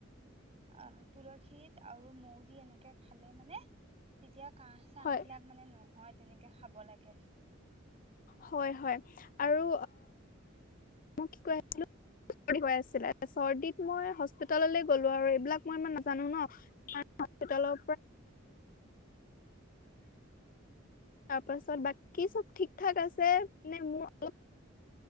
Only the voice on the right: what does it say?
আহ তুলসীত, আৰু মৌ দি এনেকে খালে মানে। তেতিয়া কাহ চাহ
বিলাক মানে নহয়। তেনেকৈ খাব লাগে।